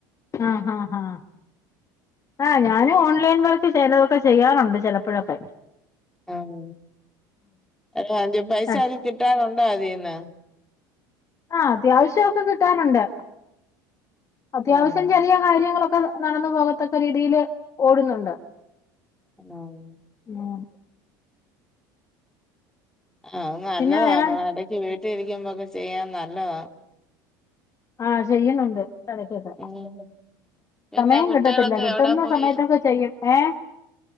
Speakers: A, on the left; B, in the centre.
A: ആഹ് ആഹ് ആഹ് ആ ഞാനും ഓൺലൈൻ വർക്ക് ചെലതൊക്കെ ചെയ്യാറുണ്ട് ചെലപ്പോഴൊക്കെ
B: ഉം അ അഞ്ച് പൈസ
A: ആഹ്
B: ഒക്കെ കിട്ടാറുണ്ടോ അതീന്ന്
A: ആ അത്യാവശ്യം ഒക്കെ കിട്ടാറുണ്ട് അത്യാവശ്യം
B: ആഹ്
A: ചെറീയ കാര്യങ്ങളൊക്കെ നടന്നു പോകത്തക്ക രീതിയില് ഓടുന്നുണ്ട്
B: എഹ്
A: മേം
B: ആഹ് അത് നല്ലതാ
A: പിന്നെ വേറെ
B: <unintelligible> മ്മള് എടയ്ക്ക് വീട്ടിലിരിക്കുമ്പൊക്കെ ചെയ്യാൻ നല്ലതാ
A: ആ ചെയ്യുന്നുണ്ട് എടയ്ക്കൊക്കെ
B: ഉം പിന്നെ
A: സമയം
B: കുട്ടികളൊക്കെ
A: കിട്ടത്തില്ല. കിട്ടുന്ന
B: എവിടെ പോയി
A: സമയത്തൊക്കെ ചെയ്യും ഏഹ്